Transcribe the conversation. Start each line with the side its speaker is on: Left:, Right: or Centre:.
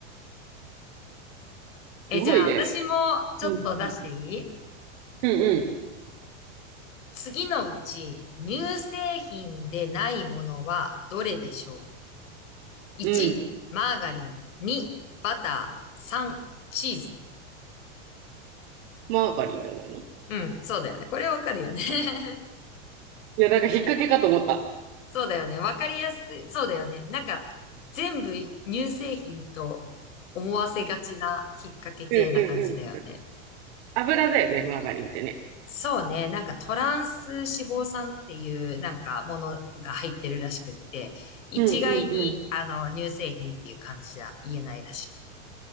Right: すごいね。
Left: え、じゃあ、私もちょっと出していい
Right: うん、うん。うん、
Left: 次のうち、乳製品でないものはどれでしょう ?1、
Right: うん。
Left: マーガリン。2、バター。3、チーズ。
Right: マーガリンじゃないのい
Left: うん、そうだよね。これわかるよね。
Right: や、なんか引っ掛けかと思った。
Left: そうだよね。わかりやすい。そうだよね。なんか、全部乳製品と思わせがちな引っ掛け系な感じだよね。
Right: うん、うん、うん。油だよね、マーガリンってね。
Left: そうね。なんかトランス脂肪酸っていうなんかものが入ってるらしくって、一概にあの乳製品っていう感じじゃ言えないらしい。
Right: うん、うん、